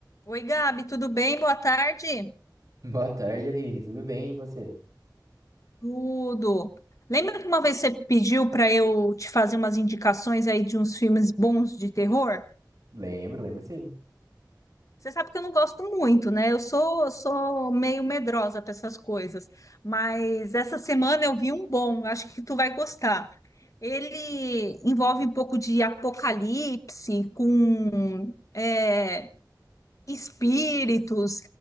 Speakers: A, on the left (about 45°); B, on the right (about 50°).
A: Oi, Gabi, tudo bem? Boa tarde.
B: Boa tarde, Aline. Tudo bem, e você?
A: Tudo. Lembra que uma vez você pediu para eu te fazer umas indicações aí de uns filmes bons de terror?
B: Lembro, lembro sim.
A: Você sabe que eu não gosto muito, né? Eu sou, eu sou meio medrosa para essas coisas, mas essa semana eu vi um bom, acho que tu vai gostar. Ele envolve um pouco de apocalipse com é, espíritos